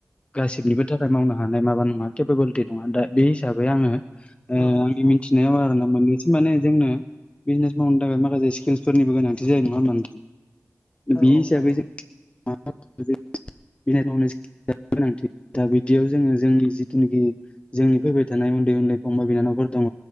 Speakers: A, on the left (about 20°); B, on the left (about 55°).
A: गासिबनिबो थाखाय मावनो हानाय माबा नङा केपाबलिटि नङा दा बे हिसाबै आङो ओ
B: औ
A: आंनि
B: नंगौ
A: मिथिनायाव आरोना मोननैसिम माने जोंनो बिजनेस मावनो थाखाय मा खासे स्किल्सफोरनिबो गोनांथि जायो नङा होनबा नों
B: औ
A: बे
B: औ
A: हिसाबै
B: नंगौ
A: जों <unintelligible> <unintelligible> गोनांथि दा बिदियाव जोङो जोंनि जिथुनाखि जोंनि फैबाय थानाय उन्दै उन्दै फंबाय बिनानावफोर दङ